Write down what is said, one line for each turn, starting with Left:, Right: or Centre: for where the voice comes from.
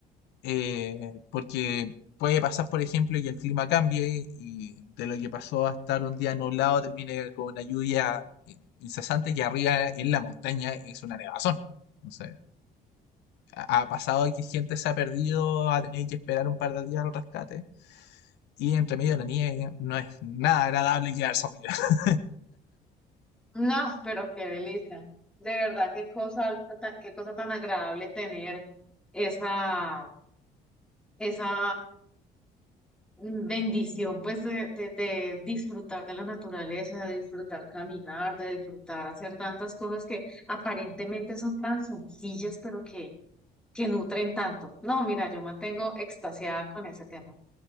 Left: eh, porque puede pasar, por ejemplo, que el clima cambie y de lo que pasó a estar un día nublado termine con una lluvia in- incesante que arriba en la montaña es una nevazón. Entonces, ha ha pasado que gente se ha perdido, ha tenido que esperar un par de días al rescate. Y entre medio de la nieve no es nada agradable quedarse arriba. <laughs>
Centre: No, pero qué delicia. De verdad, qué cosa, ta- qué cosa tan agradable tener esa, esa bendición, pues, de, de- de disfrutar de la naturaleza, de disfrutar caminar, de disfrutar hacer tantas cosas que aparentemente son tan sencillas, pero que, que nutren tanto. No, mira, yo mantengo extasiada con ese tema.